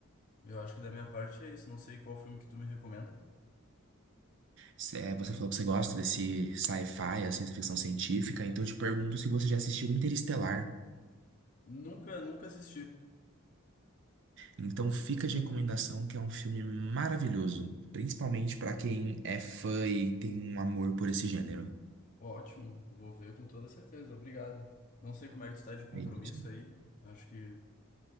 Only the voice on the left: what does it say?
Eu acho que da minha parte é isso, não sei qual filme que tu me recomenda.
Nunca, nunca assisti.
Ótimo, vou ver com toda certeza, obrigado. Não sei como é que tu tá de compromisso
aí, acho que